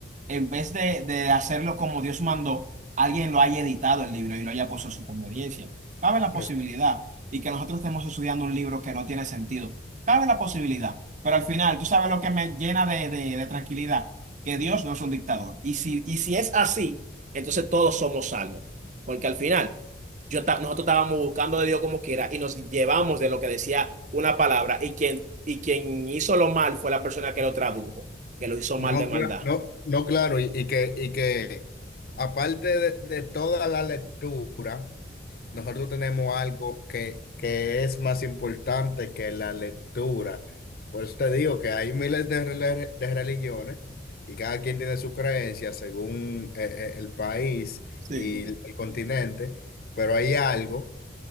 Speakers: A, on the right; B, on the left.
A: en vez de, de hacerlo como Dios mandó, alguien lo haya editado el libro y lo haya puesto a su conveniencia. Cabe la posibilidad
B: Es-
A: y que nosotros estemos estudiando un libro que no tiene sentido. Cabe la posibilidad, pero al final, tú sabes lo que me llena de, de- de tranquilidad, que Dios no es un dictador. Y si, y si es así, entonces todos somos salvos, porque al final yo ta- nosotros estábamos buscando de Dios como quiera y nos llevamos de lo que decía una palabra y quien, y quien hizo lo mal fue la persona que lo tradujo, que lo hizo
B: no,
A: mal de maldad.
B: cla- no, no, claro, y, y que, y que aparte de, de toda la lectura. Nosotros tenemos algo que, que es más importante que la lectura. Por eso te digo que hay miles de, rele- de religiones y cada quien tiene su creencia según eh, eh, el país
A: Sí,
B: y el, el continente, pero hay algo